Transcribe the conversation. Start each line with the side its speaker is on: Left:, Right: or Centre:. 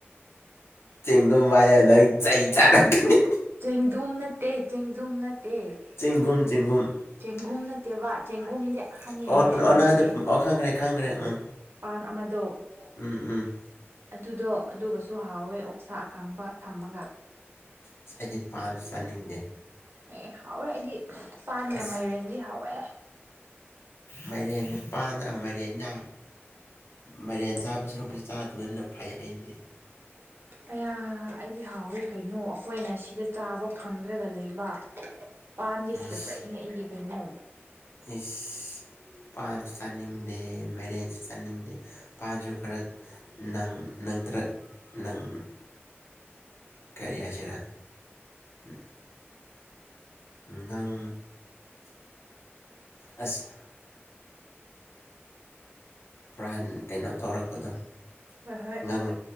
Left: ꯆꯤꯡꯒꯨꯝ ꯍꯥꯏꯑꫭ ꯑꯗꯨ ꯆꯩ ꯆꯥꯔꯛꯀꯅꯤ
Right: ꯆꯦꯡꯗꯨꯝ ꯅꯠꯇꯦ ꯆꯦꯡꯗꯨꯝ ꯅꯠꯇꯦ
Left: ꯆꯦꯡꯒꯨꯝ ꯆꯦꯒꯨꯝ <unintelligible>
Right: ꯆꯦꯡꯒꯨꯝ ꯅꯠꯇꯦꯕ ꯆꯦꯡꯒꯨꯝꯗꯤ ꯈꯪꯉꯦ
Left: ꯑꫭ
Right: ꯃꯨꯁꯔꯨꯝꯗꯨꯅꯦ
Left: ꯈꯪꯈ꯭ꯔꯦ ꯈꯪꯈ꯭ꯔꯦ ꯎꯝ
Right: ꯄꯥꯟ ꯑꯃꯗꯣ
Left: ꯎꯝ ꯎꯝ
Right: ꯑꯗꯨꯗꯣ ꯑꯗꯨꯒꯁꯨ ꯍꯥꯎꯋꯦ ꯑꯣꯛꯁꯥ ꯑꯀꯪꯕ ꯊꯝꯃꯒ
Left: ꯑꯁ ꯑꯩꯗꯤ ꯄꯥꯟ ꯆꯥꯅꯤꯡꯗꯦ
Right: ꯑꯦ ꯍꯥꯎꯋꯦ ꯑꯩꯗꯤ ꯄꯥꯟꯒꯥ
Left: ꯑꯁ
Right: ꯃꯥꯏꯔꯦꯟꯗꯤ ꯍꯥꯎꯋꯦ
Left: ꯃꯔꯦꯒꯥ ꯄꯥꯥꯟꯒꯥ ꯃꯔꯦꯟꯅꯥ ꯃꯔꯦꯟ ꯆꯥꯕ ꯁꯔꯨꯛꯄꯁꯤ ꯆꯥꯗꯕꯅ ꯐꯩ ꯑꯩꯗꯤ
Right: ꯑꯌꯥ ꯑꯩꯗꯤ ꯍꯥꯎꯋꯣꯏ ꯀꯩꯅꯣ ꯑꯩꯈꯣꯏꯅ ꯁꯤꯗ ꯆꯥꯕ ꯐꯪꯗ꯭ꯔꯒ ꯂꯩꯕ ꯄꯥꯟꯗꯤ
Left: ꯏꯁ
Right: ꯐꯦꯕꯣꯔꯥꯏꯠꯅꯦ ꯑꯩꯒꯤ ꯀꯩꯅꯣ
Left: ꯏꯁ ꯄꯥꯟꯁꯨ ꯆꯥꯅꯤꯡꯗꯦ ꯃꯔꯦꯟꯁꯨ ꯆꯥꯅꯤꯡꯗꯦ ꯄꯥꯟꯁꯨ ꯈꯔ ꯅꯪ ꯅꯪꯇꯔꯥꯛ ꯅꯪ ꯀꯔꯤ ꯍꯥꯏꯁꯤꯔ ꯎꯝ ꯅꯪ ꯑꯁ ꯄꯨꯔꯥꯟ ꯀꯩꯅꯣ ꯇꯧꯔꯛꯄꯗꯣ
Right: ꯍꯣꯏ ꯍꯣꯏ
Left: ꯉꯥꯡ